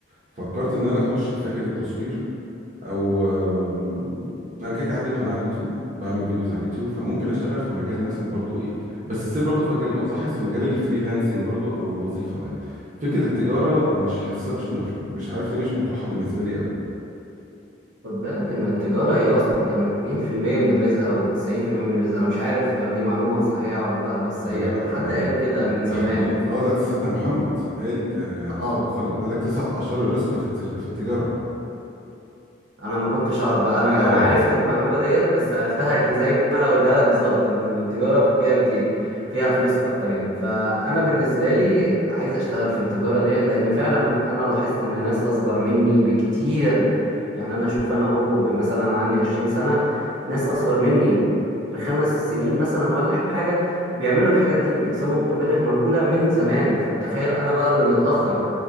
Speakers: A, on the right (about 45°); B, on the right (about 80°).
A: فكرت ان انا اخش في فكره التصوير او آم، انا كده كان عندي قناه على اليوتيوب بعمل فيديوز على اليوتيوب فممكن اشتغل في مجال مثلا برضو ايه بس تصير برضو في مجال لو تلاحظ في مجال الفريلانسنج برضو او الوظيفه ما فكره التجاره مش حاسسها مش مش مش عارف ليه مش مطروحه بالنسبه لي قوي
B: خد بالك ان التجارة هي اصلا 80% من الرزق او 90% من الرزق انا مش عارف هل دي معلومة صحيحة ولا لا بس
A: لا
B: هي
A: لا
B: حد
A: ما
B: قال
A: هي
B: كده من زمان
A: ده حديث اه ده سيدنا محمد قال آه،
B: اه
A: صلى الله عليه وسلم قال لك تسعة أعشار الرزق في التج... في التجارة
B: انا ما كنتش اعرف بقى انا
A: اه
B: انا عرفت المعلومه ديت بس عرفتها ك- زي ما انا قلتها لك بالظبط ان التجاره فيها كتير فيها فلوس اكتر يعني فانا بالنسبه لي عايز اشتغل في التجاره ديت لان فعلا انا لاحظت ان ناس اصغر مني بكتير يعني انا اشوف انا هو مثلا عندي 20 سنه ناس اصغر مني بخمس سنين مثلا ولا حاجه بيعملوا الحاجات دي وبيكسبوا مبالغ مهوله من زمان فتخيل انا بقى اللي متاخر